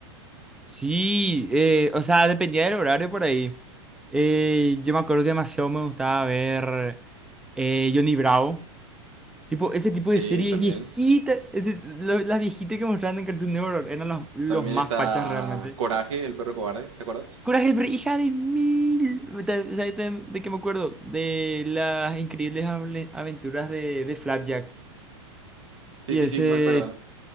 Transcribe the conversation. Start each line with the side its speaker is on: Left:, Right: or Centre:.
Centre: Sí, eh, o sea, dependía del horario por ahí. Eh, yo me acuerdo que demasiado me gustaba ver eh, Johnny Bravo. Tipo, ese tipo
Right: Sí,
Centre: de series
Right: también.
Centre: viejitas, ese- lo- las viejitas que mostraban en Cartoon Network eran los, los
Right: También
Centre: más
Right: está
Centre: fachas realmente.
Right: Coraje, el perro cobarde, ¿te acuerdas?
Centre: Coraje el Pre- hija de mil. ¿Sabes de, de- de qué me acuerdo? De las increíbles able- aventuras de, de Flapjack.
Right: Sí,
Centre: Y
Right: sí,
Centre: ese,
Right: sí, me acuerdo.